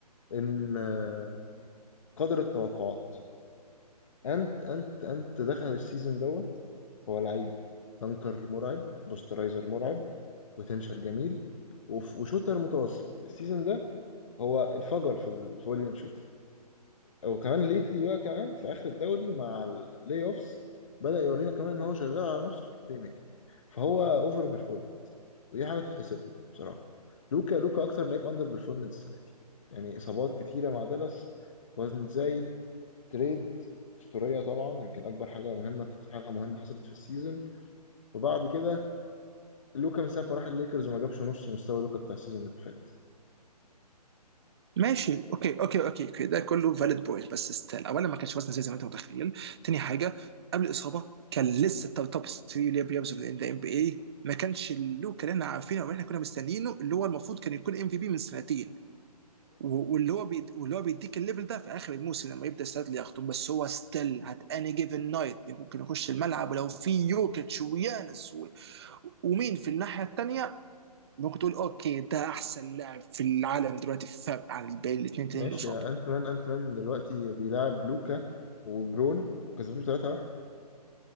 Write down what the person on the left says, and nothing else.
ان آه، قدر التوقعات انت انت انت دخل السيزون دوت هو لعيب تنكر مرعب بوسترايزر مرعب بوتنشال جميل وف- وشوتر متوسط السيزون ده هو انفجر في الفوليوم شوت وكمان ليتلي بقى كمان في اخر الدوري مع البلاي اوفس بدأ يورينا كمان ان هو شغال على نفسه في البلاي ميكنج فهو اوفر بيرفورمنت ودي حاجه تتحسب له بصراحه لوكا لوكا اكتر لعيب اندر بيرفورمنت السنه دي يعني اصابات كتيره مع دالاس وزن زايد تريد اسطوريه طبعا يمكن اكبر حاجه مهمه اكتر حاجه مهمه حصلت في السيزون وبعد كده لوكا من ساعه ما راح الليكرز وما جابش نص مستوى لوكا بتاع السيزون اللي فات
ماشي
يا انت مان انت مان دلوقتي بيلعب لوكا وبرون وكسبهم 3 1